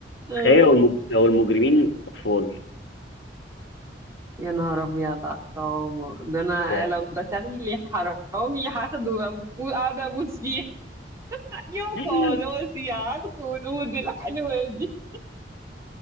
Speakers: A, on the right (about 20°); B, on the left (about 75°).
A: اه
B: تخيلي لو المج- لو المجرمين اطفال
A: يا نهار ابيض على الطعامة ده انا
B: يعني
A: لو دخل لي حرامي هاخده أبو- قاعدة ابوس فيه <laughs> يا
B: <gasps>
A: خلاصي على الخدود الحلوة دي